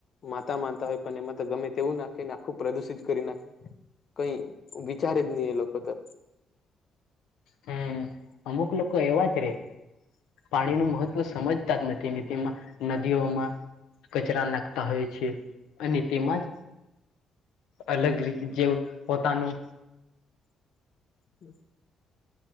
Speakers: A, on the left; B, on the left.
A: માતા માનતા હોય પણ એમાં તો ગમે તેવું નાખે ને આખું પ્રદુષિત કરી નાખે. કઈ વિચારે જ નહી એ લોકો તો.
B: હમ અમુક લોકો એવા જ રે. પાણીનું મહત્વ સમજતા જ નથી તેમાં નદીઓમાં. કચરા નાખતા હોય છે અને તેમાંજ. અલગ રી જે પોતાનું.
A: હમ.